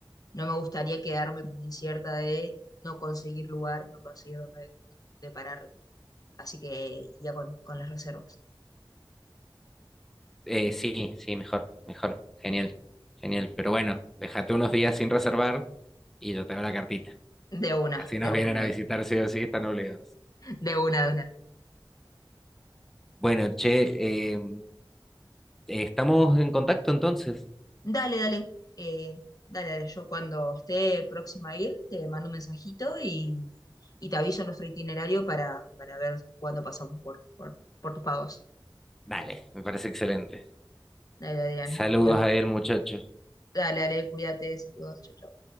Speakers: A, on the left; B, in the centre.
A: no me gustaría quedarme con incierta de no conseguir lugar, no conseguir dónde de parar. Así que ya con, con las reservas.
B: Eh, sí, sí, mejor, mejor. Genial, genial. Pero bueno, déjate unos días sin reservar y yo te hago la cartita.
A: De una,
B: Así nos
A: de
B: vienen
A: una.
B: a visitar sí o sí, están obligados.
A: De una, de una.
B: Bueno, che, eh, estamos en contacto entonces.
A: Dale, dale. eh, dale, dale. Yo cuando esté próxima a ir, te mando un mensajito y, y te aviso nuestro itinerario para, para ver cuándo pasamos por, por, por tus pagos.
B: Dale, me parece excelente.
A: Dale, Adrián.
B: Saludos
A: Bueno,
B: a él, muchacho.
A: dale, dale, cuídate, saludos, chau, chau.